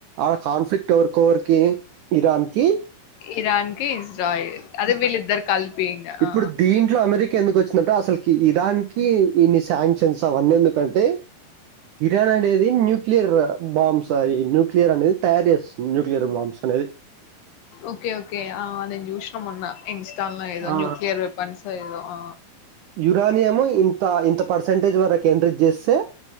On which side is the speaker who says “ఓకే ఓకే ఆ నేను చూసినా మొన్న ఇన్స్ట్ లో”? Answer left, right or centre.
Left